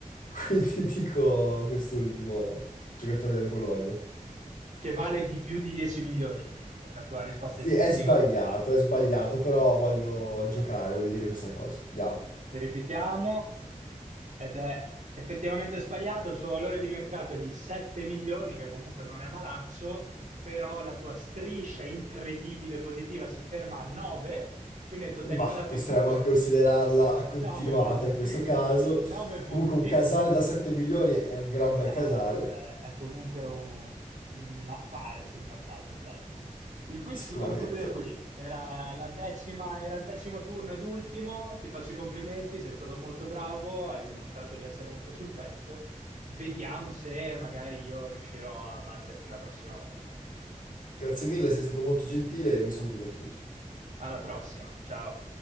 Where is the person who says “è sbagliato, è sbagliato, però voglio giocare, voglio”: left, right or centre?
Left